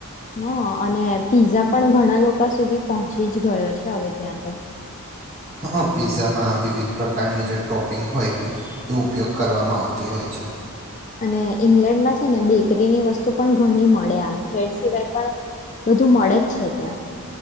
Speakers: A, on the left; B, on the right.
A: હ અ અને પીઝા પણ ઘણા લોકો સુધી પહોંચી જ ગયો છે હવે ત્યાં તો.
B: હા પીઝામાં વિવિધ પ્રકારની જે ટોપિંગ હોય એ ઉપયોગ કરવામાં આવતી હોય છે.
A: અને ઈંગ્લેન્ડમાં છે ને બેકરીની વસ્તુ પણ ઘણી મળે આમ બ્રેડ સિવાય પણ બધું મળે છે ત્યાં.